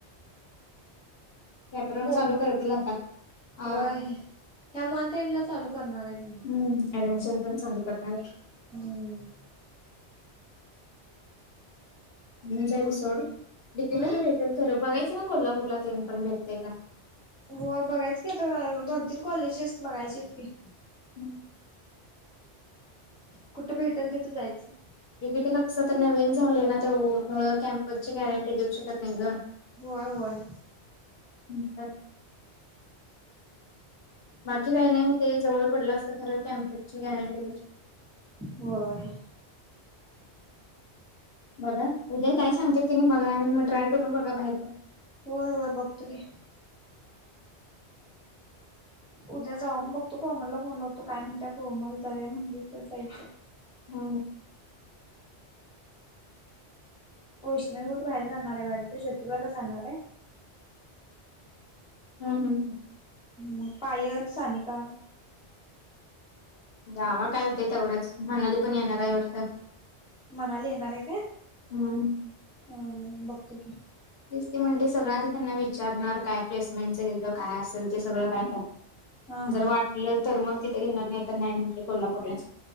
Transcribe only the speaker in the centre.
कोम
होय ह्या मंथ एंड ला चालू करणार आहे म्हणे.
हम्म
मग
अ
हो बघायंच की दोन-तीन कॉलेजेस बघायचेत की.
कुठं भेटल तिथं जायचं
होय होय.
होय.
होय, होय बघतो की.
उद्या जाऊन बघतो कोमलला फोन लावतो काय म्हणत्या कोमल जाऊया म्हणली तर जायच
वैष्णवी कुठ बाहेर जाणार आहे वाड्यात ज्योतिबाला जाणार आहे
मग पायल सानिका
मनाली येणार आहे काय
हा बघतो की
हा
हा